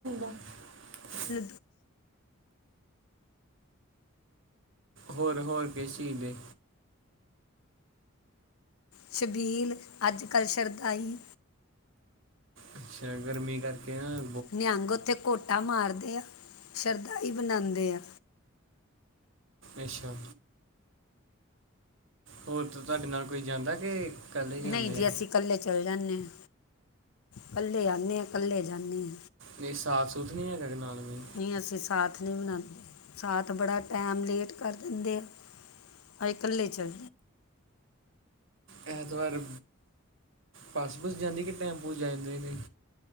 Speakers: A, on the right (about 65°); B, on the left (about 85°).
A: <inaudible>
B: ਹ
A: ਹੋਰ ਹੋਰ ਕਿਸ ਚਹੀਦੇ
B: ਸ਼ਬੀਲ ਅੱਜ ਕੱਲ੍ਹ ਸ਼ਰਧਾਈ
A: ਅੱਛਾ ਗਰਮੀ ਕਰਕੇ ਆ
B: ਨਿਹੰਗ ਉੱਥੇ ਘੋਟਾ ਮਾਰਦੇ ਆ ਸ਼ਰਧਾ ਹੀ ਬਣਾਉਂਦੇ ਆ
A: ਅੱਛਾ ਹੋਰ ਤਾਂ ਤੁਹਾਡੇ ਨਾਲ ਕੋਈ ਜਾਂਦਾ ਕਿ ਇਕੱਲੇ ਜਾਂਦੇ
B: ਨਹੀਂ ਜੀ ਅਸੀਂ ਇਕੱਲੇ ਚਲੇ ਜਾਂਦੇ ਹਾਂ ਇਕੱਲੇ ਜਾਂਦੇ ਹਾਂ ਇਕੱਲੇ ਜਾਂਦੇ ਹਾਂ
A: ਨਹੀਂ ਸਾਫ਼ ਸੁਥ ਨਹੀਂ ਹੈਗਾ ਨਾਲ ਮ
B: ਨਹੀਂ ਅਸੀਂ ਸਾਥ ਨਹੀਂ ਬਣਾਉਂਦੇ ਸਾਥ ਬੜਾ ਟਾਈਮ ਲੇਟ ਕਰ ਦਿੰਦੇ ਆ ਆਈ ਕਲੇ ਚ
A: ਐਤਵਾਰ ਬੱਸ ਪੁਜ ਜਾਂਦੀ ਕਿ ਟੈਂਪੂ ਜਾਂਦੇ ਨੇ